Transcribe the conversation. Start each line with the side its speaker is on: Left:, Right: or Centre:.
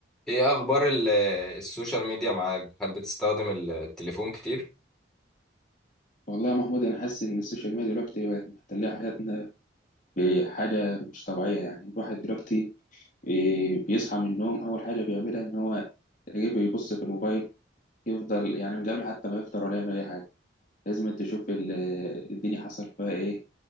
Centre: ايه اخبار ال- السوشيال ميديا معاك هل بتستخدم ال- التليفون كتير
Left: والله يا محمود انا حاسس ان السوشيال ميديا دلوقتي بقت محتله حياتنا بحاجه مش طبيعيه يعني الواحد دلوقتي إيه، بيصحى من النوم اول حاجه بيعملها ان هو يجي بيبص في الموبايل يفضل يعني من قبل حتى ما يفطر ولا يعمل اي حاجه لازم أنت تشوف ال- الدنيا حصل فيها ايه